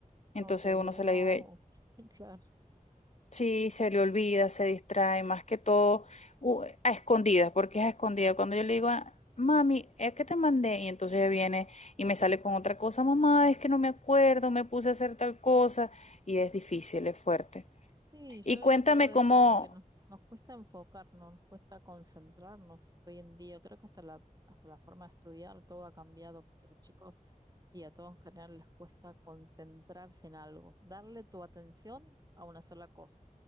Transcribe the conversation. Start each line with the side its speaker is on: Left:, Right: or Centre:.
Left: entonces
Right: O se olvidó,
Left: uno se la vive
Right: o... <laughs> Claro.
Left: Sí, se le olvida, se distrae, más que todo u- a escondidas, porque es a escondidas. Cuando yo le digo, "Ah, mami, es que te mandé, y entonces ella viene y me sale con otra cosa, mamá, es que no me acuerdo, me puse a hacer tal cosa, y es difícil, es fuerte.
Right: Sí, yo
Left: Y cuéntame
Right: he notado eso,
Left: cómo,
Right: como que nos, nos cuesta enfocarnos, nos cuesta concentrarnos hoy en día. Creo que hasta la, hasta la forma de estudiar todo ha cambiado, porque los chicos y a todos en general les cuesta concentrarse en algo, darle tu atención a una sola cosa,